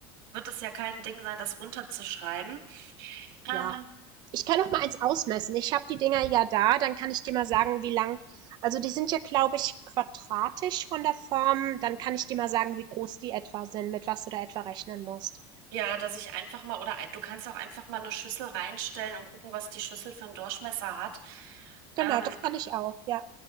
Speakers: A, on the right; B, on the right.
A: wird das ja kein Ding sein, das runterzuschreiben.
B: ja,
A: Ähm,
B: ich kann auch mal eins ausmessen. Ich habe die Dinger ja da, dann kann ich dir mal sagen, wie lang. Also die sind ja, glaube ich, quadratisch von der Form. Dann kann ich dir mal sagen, wie groß die etwa sind, mit was du da etwa rechnen musst.
A: Ja, dass ich einfach mal, oder ein- du kannst auch einfach mal eine Schüssel reinstellen und gucken, was die Schüssel für einen Durchmesser hat.
B: Genau,
A: Ähm,
B: das kann ich auch, ja.